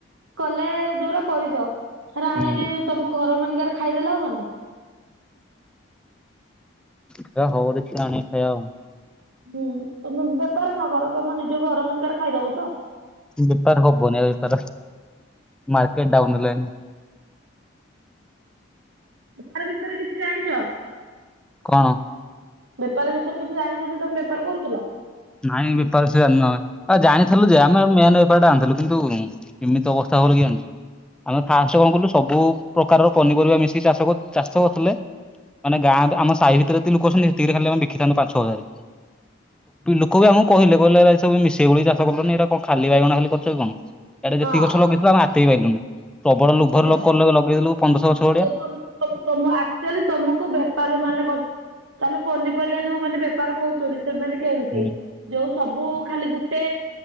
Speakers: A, on the right; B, in the centre.
A: କଲେ ଯୋଉଟା କରିଛ, ହେରା
B: ହୁଁ
A: ଆଣିକି ତମ ଘରମାନକରେ ଖାଇଦେଲେ ହେବନି।
B: ହେରା ହଉ ଦେଖିବା ଆଣିବା ଖାଇବା ଆଉ।
A: ହୁଁ ତମେ ବେପାର ନ କର ତମ ନିଜ ଘରମାନଙ୍କରେ ଖାଇଦେବ ତ।
B: ବେପାର ହେବନି ବେପାର ମାର୍କେଟ ଡାଉନ ହେଲାଣି।
A: ବେପାର ବିଷୟରେ କିଛି ଜାଣିଛ।
B: କଣ?
A: ବେପାର ବିଷୟରେ କିଛି ଜାଣିଛ ଯେ ତମେ ବେପାର କରୁଥିଲ।
B: ନାଇଁ ବେପାର କିଛି ଜାଣିନୁ ଆମେ ଜାଣିଥିଲୁ ଯେ ଆମେ ମାନେ ବେପାର ଟେ ଆଣିଥିଲୁ କିନ୍ତୁ ଏମିତି ଅବସ୍ଥା ହେବ ବୋଲି କି ଜାଣିଥିଲୁ। ଆମେ ଫାଷ୍ଟ କଣ କଲୁ ସବୁ ପ୍ରକାରର ପନିପରିବା ମିଶି ଚାଷ ଚାଷ କରୁଥିଲେ। ମାନେ ଗାଁ ଆମ ସାହି ଭିତରେ ଯେତେ ଲୋକ ଅଛନ୍ତି ସେତିକିରେ ଖାଲି ଆମେ ବିକିଥାନ୍ତୁ ପାଞ୍ଚ ଛଅ ହଜାର। ଲୋକ ବି ଆମକୁ କହିଲେ କହିଲେ ସବୁ ମିଶେଇ ଗୋଳେଇ ଚାଷ କଲନି ଏଇରା କଣ ଖାଲି ବାଇଗଣ ଖାଲି କରୁଛ କି କଣ। ଏଇଟା
A: ହଁ
B: ଯେତିକି ଗଛ ଲଗେଇଥିଲୁ ଆମେ ଆଟେଇ ବି ପାଇଲୁନୁ। ପ୍ରବଳ ଲୋଭରେ
A: ସେଇଟା।
B: ଲୋକ ଲଗେଇକି ପନ୍ଦରଶହ
A: ଲୁଭେଇବେ
B: ଗଛ ଭଳିଆ
A: ତମ ତମ ଆକ୍ଚୁଆଲି ତମକୁ ବେପାର ମାନେ ତାହଲେ ପନିପରିବା ଯେଉଁମାନେ ବେପାର କରୁଛନ୍ତି ସେମାନେ କେମିତି।
B: ହୁଁ
A: ଯୋଉ ସବୁ ଖାଲି ଗୋଟେ